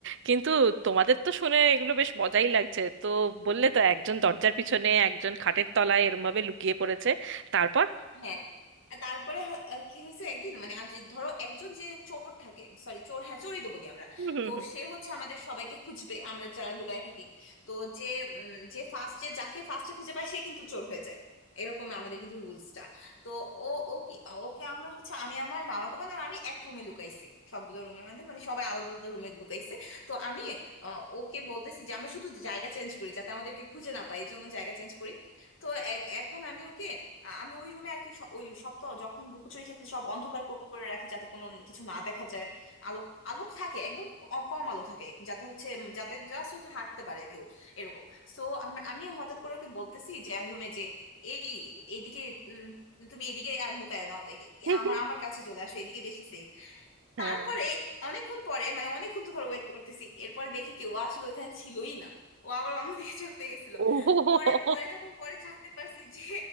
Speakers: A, on the right (about 65°); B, on the left (about 70°).
A: কিন্তু তোমাদের তো শুনে এগুলো বেশ মজাই লাগছে তো বললে তো একজন দরজার পিছনে একজন খাটের তলায় এরম ভাবে লুকিয়ে পড়েছে তারপর
B: হ্যাঁ আর তারপরে হা- আহ কি হয়েছে একদিন মানে আজ ধরো একজন যে চোর থাকে সরি চোর হ্যাঁ চোরই তো বলি আমরা
A: হুম, হুম,
B: তো
A: হুম,
B: সে হচ্ছে আমাদের সবাইকে খুঁজবে আমরা যারা লুকায় থাকি তো যে উম, যে ফার্স্টে যাকে ফার্স্টে খুঁজে পায় সে কিন্তু চোর হয়ে যায় এরকম আমাদের কিন্তু রুলসটা তো ও ও কি ওকে আমরা হচ্ছে আমি আমার মামাতো বোন আর আমি এক রুমে লুকাইছি সবগুলো রুমের মধ্যে মানে সবাই আলাদা আলাদা রুমে লুকাইছি তো আমি আহ, ওকে বলতেছি যে আমরা শুধু জায়গা চেঞ্জ করি যাতে আমাদেরকে খুঁজে না পায় এই জন্য জায়গা চেঞ্জ করি তো এক- এখন আমি ওকে আ- আমি ওই রুমে আর কি স- ওই সপ্তাহ যখন লুকোচুরি খেতে সব অন্ধকার ক- করে রাখি যাতে কোনো কিছু না দেখা যায় আলো আলোক থাকে একদম ক- কম আলো থাকে যাতে হচ্ছে উম, যাতে জাস্ট হচ্ছে হাঁটতে পারে কেউ এরকম সো আমি আমি হঠাৎ করে ওকে বলতেছি যে আমি রুমে যে এই এইদিকে উম, তুমি এদিকে আর লুকায়ো না এই-
A: হুম,
B: আমার আমার কাছে চলে আসো এদিকে বেশি সেফ
A: হ্যাঁ
B: তারপরে অনেকক্ষণ পরে মানে অনেকক্ষণ তো ধর ওয়েট করতেছি এরপরে দেখি কি ও আসলে ওইখানে ছিলই না ও আবার অন্যদিকে চলে গেছিল
A: ও
B: পরে পরে যখন পরে জানতে পারছি যে